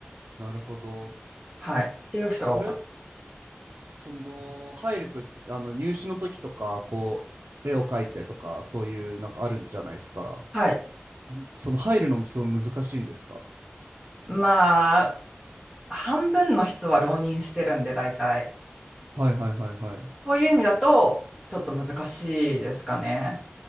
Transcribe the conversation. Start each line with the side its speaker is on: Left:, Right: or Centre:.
Right: なるほど。
Centre: はい。っていう人が多かっ
Right: それ、その、入るとき、あの、入試の時とか、こう、絵を描いてとか、そういう、なんかあるんじゃないですか。
Centre: た。はい。
Right: その、入るのもすごい難しいんですか。
Centre: まあ、半分の人は浪人してるんで、大体。
Right: はいはいはいはい。
Centre: そういう意味だと、ちょっと難しいですかね。